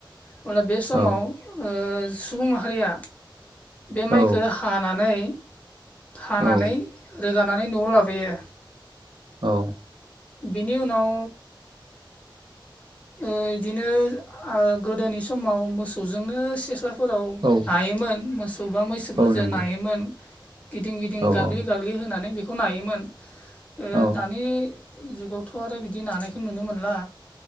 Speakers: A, on the left; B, on the right.
A: अब्ला बे समाव
B: औ
A: ओ सुबुं माहारिया बे माइखो
B: औ
A: हानानै हानानै
B: औ
A: रोगानानै न'आव लाबोयो।
B: औ।
A: बेनि उनाव ओ इदिनो ओ गोदोनि समाव मोसौजोंनो सिस्ला फोराव
B: औ
A: नायोमोन मोसौ बा मैसोफोरजों
B: औ नंगौ
A: नायोमोन गिदिं गिदिं
B: औ
A: गाग्लि
B: औ
A: गाग्लि गागलि होनानै बेखौ नायोमोन ओ
B: औ
A: दानि जुगावथ' आरो बिदि नानायखौ नुनो मोनला।